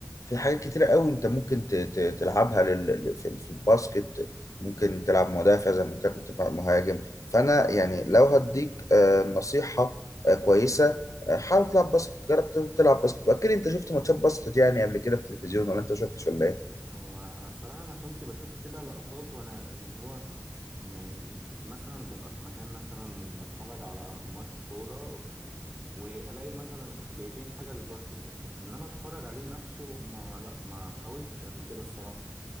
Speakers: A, on the left; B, on the right.
A: في حاجات كتيرة قوي انت ممكن ت- ت- تلعبها لل... ل- في في الباسكت ممكن تلعب مدافع زي ما قلت لك مدافع مهاجم فانا يعني لو هديك آه، نصيحة آه، كويسة آه، حاول تلعب باسكت جرب تلعب باسكت واكيد انت شفت ماتشات باسكت يعني قبل كده في التلفزيون ولا انت ما شفتش ولا ايه
B: هو انا الصراحه انا كنت بشوف كده لقطات وانا يعني اللي هو يعني مثلا ببقى في مكان مثلا بتفرج على ماتش كوره والاقي مثلا جايبين حاجه للباسكت بس ان انا اتفرج عليه نفسه ما لا ما حاولتش قبل كده الصراحه